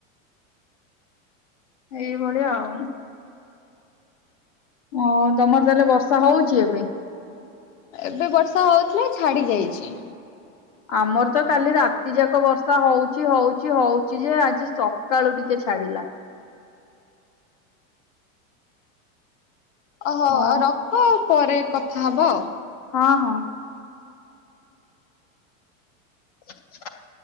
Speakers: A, on the left; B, on the left.
A: ଏଇ ଭଳିଆ ଆଉ। ଓ ତମର ତାହେଲେ ବର୍ଷା ହଉଚି ଏବେ।
B: ଏବେ ବର୍ଷା ହଉଥିଲା ଛାଡି ଯାଇଛି।
A: ଆମର ତ କାଲି ରାତି ଯାକ ବର୍ଷା ହଉଚି ହଉଚି ହଉଚି ଯେ ଆଜି ସକାଳୁ ଟିକେ ଛାଡିଲା।
B: ଓହୋ
A: ଓ
B: ଆଉ ରଖ ଆଉ ପରେ କଥା ହବା ଆଉ।
A: ହଁ ହଁ। <unintelligible>